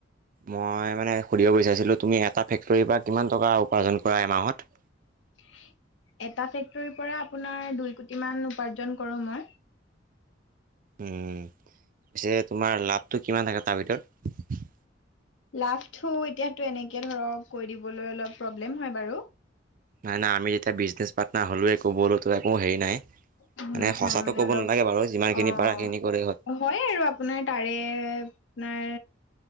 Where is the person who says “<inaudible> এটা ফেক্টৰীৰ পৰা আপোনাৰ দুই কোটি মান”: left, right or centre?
Left